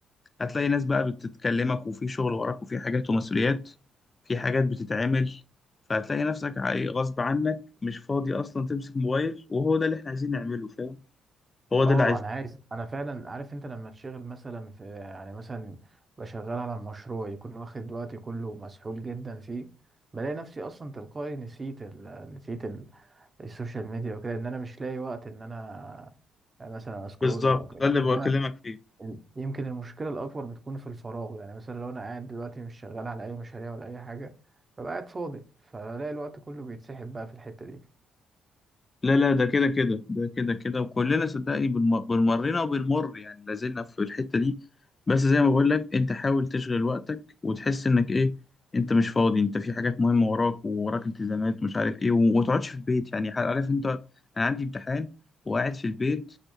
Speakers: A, on the left; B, on the right.
A: هتلاقي ناس بقى بتتكلمك وفي شغل وراك وفي حاجات ومسؤوليات في حاجات بتتعمل فهتلاقي نفسك عاي- غصب عنك مش فاضي أصلا تمسك موبايل وهو ده اللي إحنا عايزين نعمله فاهم هو ده
B: اه
A: اللي عايزين
B: انا عايز انا فعلا عارف انت لما تشغل مثلا في يعني مثلا بشغل على مشروع يكون واخد وقتي كله ومسحول جدا فيه بلاقي نفسي اصلا تلقائي نسيت ال... نسيت ال... السوشيال ميديا وكده ان انا مش لاقي وقت ان انا مثلا اسكرول
A: بالظبط
B: او كده
A: ده اللي
B: انما
A: بكلمك فيه
B: يمكن المشكلة الأكبر بتكون في الفراغ يعني مثلا لو أنا قاعد دلوقتي مش شغال على أي مشاريع ولا أي حاجة ببقى قاعد فاضي فبلاقي الوقت كله بيتسحب بقى في الحتة دي
A: لا لا ده كده كده ده كده كده وكلنا صدقني بنم- بنمرنا وبنمر يعني لازلنا في الحتة دي بس زي ما بقول لك انت حاول تشغل وقتك وتحس انك ايه انت مش فاضي انت في حاجات مهمة وراك ووراك التزامات ومش عارف ايه وما تقعدش في البيت يعني عارف انت انا عندي امتحان وقاعد في البيت